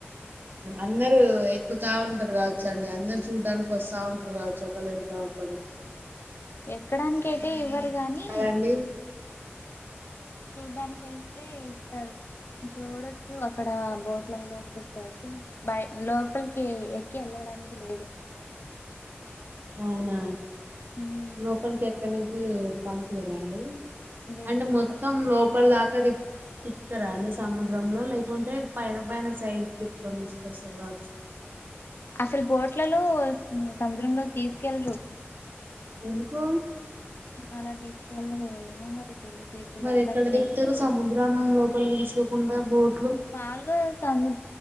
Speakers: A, on the right; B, on the left.
A: అందరూ ఎక్కుతా ఉంటారు కావచ్చు అండి అందరు చూడ్డానికి వస్తా ఉంటారు కావచ్చు ఒక ఒక్కరు తర్వాత ఒక్కరు
B: ఎక్కడానినికి అయితే ఇవ్వరు గాని
A: కదండి
B: చూడ్డానికి వేస్తే ఇస్తారు చూడొచ్చు అక్కడ బోట్లలో చసం బ లోపలికి ఎక్క వెళ్లడానికి లేదు
A: అవునా
B: ఉమ్,
A: లోపలికి ఎక్కనికి పంపిలేదాండి
B: లేదు
A: అంటే మొత్తం
B: పా
A: లోపల దాకాది తిప్పుతారా అండి సముద్రంలో లేకుంటే పైన పైన సైడ్ తిక్కొని తీసుకొస్తారు రాచ్చు
B: అసలు బోట్లలో సముద్రంలోకి తీసుకెళ్లరు
A: ఎందుకు
B: అలా తీసుకెళ్లరు ఏమో మరి తెలీదు ఇప్పుడు
A: మరి
B: దాకా
A: ఎక్కడ
B: అసలు
A: తిప్తారు
B: నేను
A: సముద్రం లోపలికి తీసుక కుండా బోర్డ్
B: మాములుగా సము